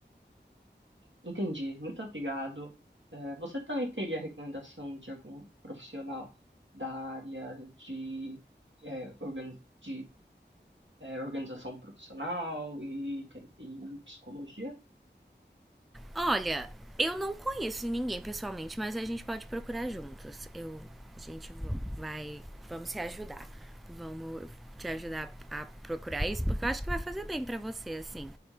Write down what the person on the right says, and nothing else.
entendi. Muito obrigado. É, você também teria recomendação de algum profissional da área de, é, organ- de, é, organização profissional e, ter- e psicologia?